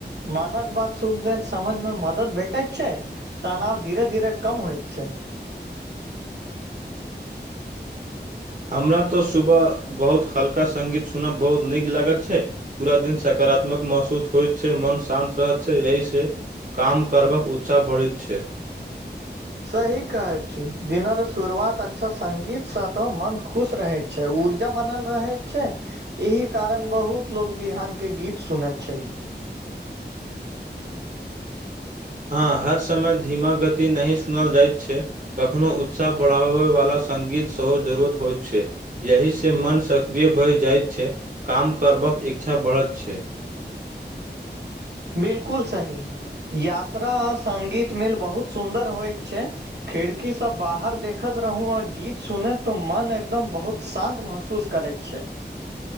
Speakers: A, on the right; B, on the right.
A: मानक बात सुख द समझ मे मदद भेटैत छै तनाव धीरे धीरे कम होइ छै
B: हमरा तऽ सुबह बहुत हल्का सङ्गीत सुनब बहुत नीक लागैत छै पूरा दिन सकारात्मक महसूस होइत छै मन शान्त रहैत छै एहिसँ काम करबक उत्साह बढ़ैत छै
A: सही कहै छी दिनक शुरुआत अच्छा सङ्गीतसँ तऽ मोन खुश रहैत छै ऊर्जा बनल रहै छै एहि कारण बहुत लोग बिहन के गीत सुनैत छै
B: हँ हर समय धीमा गति नहि सुनल जाइत छै कखनो उत्साह बढ़ाबयबला सङ्गीत सेहो जरूरत होइत छै यही सँ मन सक्रिय भहि जाइत छै काम करबाक इच्छा बढ़त छै
A: बिल्कुल सही यात्रा आ सङ्गीत मेल बहुत सुन्दर होइत छै खिड़की सँ बाहर देखैत रहू आर गीत सुने तो मन एकदम बहुत शान्त महसूस महसूस करैत छै